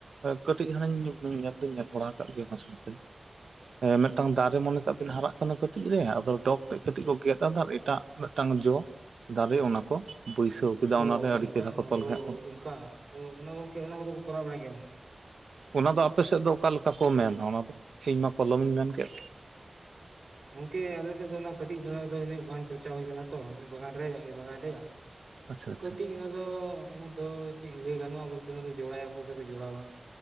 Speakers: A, on the right; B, on the right.
A: ᱠᱟᱹᱴᱤᱡ ᱦᱟᱱᱤᱧ ᱧᱮᱞ ᱫᱚᱧ ᱧᱮᱞ ᱵᱟᱲᱟ ᱟᱠᱟᱫ ᱜᱮᱭᱟ ᱱᱟᱥᱮ ᱱᱟᱥᱮ᱾ ᱢᱤᱫᱴᱟᱝ ᱫᱟᱨᱮ ᱢᱚᱱᱮ ᱠᱟᱜ ᱵᱤᱱ ᱦᱟᱨᱟᱜ ᱠᱟᱱᱟ ᱠᱟᱹᱴᱤᱡ ᱨᱮ᱾ ᱟᱫᱚ ᱰᱚᱜᱽ ᱛᱮ ᱠᱟᱹᱴᱤᱡ ᱠᱚ ᱜᱮᱫ ᱟᱫᱟ ᱟᱨ ᱮᱴᱟᱜ ᱢᱤᱫᱴᱟᱝ ᱡᱚ ᱫᱟᱨᱮ ᱚᱱᱟ ᱠᱚ ᱵᱟᱹᱭᱥᱟᱹᱣ ᱠᱮᱫᱟ
B: ᱚ
A: ᱚᱱᱟᱨᱮ ᱟᱹᱰᱤ
B: ᱚᱱᱠᱟ
A: ᱪᱮᱦᱨᱟ ᱠᱚ ᱛᱚᱞ
B: ᱚ
A: ᱠᱮᱫ
B: ᱚᱱᱠᱟ ᱚᱱᱟ ᱜᱚᱝᱠᱮ ᱚᱱᱟ ᱠᱚᱫᱚ ᱠᱚ ᱠᱚᱨᱟᱣ ᱵᱟᱲᱟᱭ ᱜᱮᱭᱟ ᱜᱚᱝᱠᱮ᱾
A: ᱚᱱᱟ ᱫᱚ ᱟᱯᱮ ᱥᱮᱫ ᱫᱚ ᱚᱠᱟᱞᱮᱠᱟ ᱠᱚ ᱢᱮᱱᱟ᱾ ᱚᱱᱟ ᱫᱚ ᱤᱧᱢᱟ ᱠᱚᱞᱚᱢ ᱤᱧ ᱢᱮᱱ ᱠᱮᱫ᱾
B: ᱜᱚᱝᱠᱮ ᱟᱞᱮ ᱥᱮᱫ ᱫᱚ ᱚᱱᱟ ᱠᱟᱹᱴᱤᱡ ᱫᱚᱫᱚ ᱩᱱᱟᱹ ᱵᱟᱝ ᱪᱚᱨᱪᱟ ᱦᱩᱭ ᱠᱟᱱᱟ ᱛᱚ᱾ ᱵᱟᱜᱟᱱ ᱨᱮ ᱟᱞᱮ ᱵᱟᱜᱟᱱ ᱨᱮᱭᱟᱜ
A: ᱟᱪᱪᱷᱟ ᱟᱪᱪᱷᱟ
B: ᱠᱟᱹᱴᱤᱡ ᱚᱱᱟ ᱫᱚ ᱚᱱᱟ ᱫᱚ ᱪᱮᱫ ᱞᱟᱹᱭ ᱜᱟᱱᱚᱜᱼᱟ ᱵᱚᱞᱛᱮ ᱡᱳᱲᱟᱭ ᱟᱠᱚ ᱥᱮ ᱡᱳᱲᱣᱟ